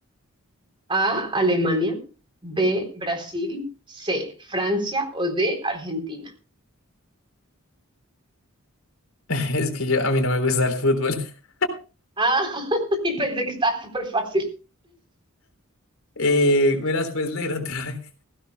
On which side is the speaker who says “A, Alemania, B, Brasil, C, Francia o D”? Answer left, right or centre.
Right